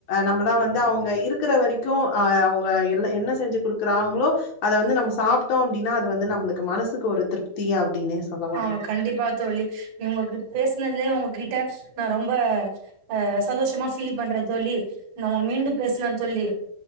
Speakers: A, on the left; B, on the right.
A: நம்மல்லா வந்து அவுங்க இருக்கிற வரைக்கு அ அவுங்க எல்லா என்ன செஞ்சி குடுக்குறாங்ளோ அத வந்து நம்ம சாப்ட்டோ அப்டின்னா அது வந்து நம்ளுக்கு மனசுக்கு ஒரு திருப்தி அப்டின்னே சொல்லலாங்க
B: ஆமா கண்டிப்பா தோழி நீங்க இப்ப பேசினதுலயே ஒங்ககிட்ட நா ரொம்ப ஆ சந்தோஷமா ஃபீல் பண்றே தோழி நம்ம மீண்டு பேசலா தோழி